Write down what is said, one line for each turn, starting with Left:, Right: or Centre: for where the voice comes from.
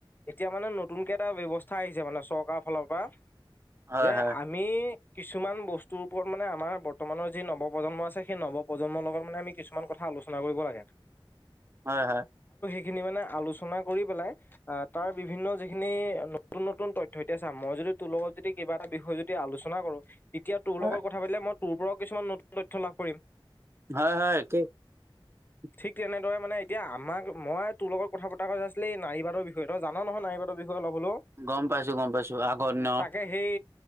Left: এতিয়া মানে নতুনকে এটা ব্যৱস্থা আহিছে মানে চৰকাৰৰ ফালৰ পৰা।
Right: হয়
Left: যে
Right: হয়
Left: আমি কিছুমান বস্তুৰ ওপৰত মানে আমাৰ বৰ্তমানৰ যি নৱপ্ৰজন্ম আছে সেই নৱপ্ৰজন্মৰ লগত মানে আমি কিছু কিছুমান কথা আলোচনা কৰিব লাগে।
Right: হয় হয়।
Left: এইখিনি মানে আলোচনা কৰি পেলাই তাৰ বিভিন্ন যিখিনি নতুন নতুন তথ্য এতিয়া চা মই য তোৰ লগত যদি কিবা এটা বিষয় যদি আলোচনা কৰোঁ তেতিয়া তোৰ
Right: হয়
Left: লগত কথা পালে মই তোৰ পৰাও কিছুমান নতুন তথ্য লাভ কৰিম
Right: হয়, হয়, ঠিক <unintelligible>
Left: ঠিক তেনেদৰে মানে এতিয়া আমাক মই তোৰ লগত কথা পতা কাৰণ আছিলে এই নাৰীবাদৰ বিষয় তই জান নহয় নাৰীবাদৰ বিষ অলপ হলো
Right: গম পাইছো গম পাইছো আগৰ দিনৰ
Left: তাকে সেই